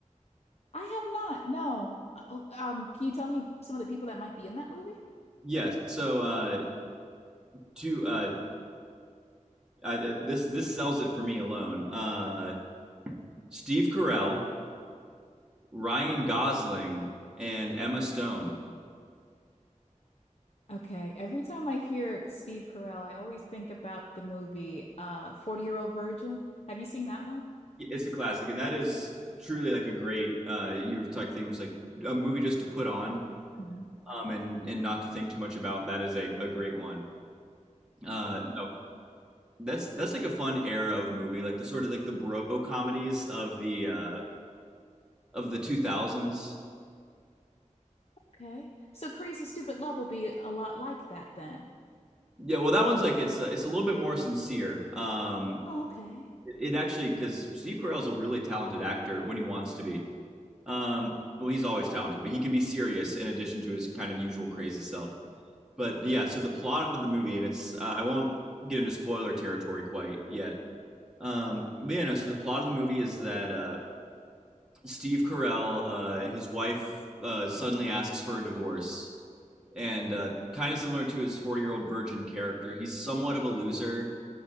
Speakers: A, on the left; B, in the centre.
A: I have not, no. Uh, Oh, um, can you tell me some of the people that might be in that movie?
B: Yes. So, uh, two uh, uh, this this sells it for me alone. Uh, Steve Carell, Ryan Gosling, and Emma Stone.
A: Okay. Every time I hear Steve Carell, I always think about the movie uh 40-Year-Old Virgin. Have you seen that one?
B: It's a classic, and that is truly like a great. Uh, you were talking things like a movie just to put on,
A: Mhm.
B: um, and and not to think too much about. That is a, a great one. Uh, no, that's that's like a fun era of movie, like the sort of like the bro comedies of the uh, of the two thousands.
A: Okay. So Crazy Stupid Love will be a lot like that then.
B: Yeah, well, that one's like it's uh, it's a little bit more sincere. Um,
A: Oh, okay.
B: It actually because Steve Carell's a really talented actor when he wants to be. Um, well, he's always talented, but he can be serious in addition to his kind of usual crazy self. But yeah, so the plot of the movie, and it's uh, I won't get into spoiler territory quite yet. Um, but yeah, no, so the plot of the movie is that uh, Steve Carell, uh, his wife uh, suddenly asks for a divorce, and uh, kind of similar to his 40 year old virgin character, he's somewhat of a loser,